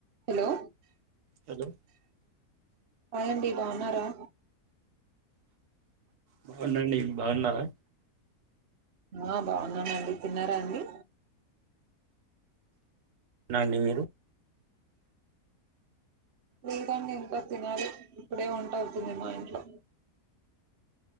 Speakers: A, on the right; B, on the right.
A: Hello
B: hello
A: hi అండి బాగున్నారా
B: బాగున్నాండి బాగున్నారా
A: ఆ బాగున్నామండి తిన్నారా అండి
B: తిన్న అండి మీరు
A: లేదు అండి ఇంకా తినాలి ఇప్పుడే వంటవుతుంది మా ఇంట్లో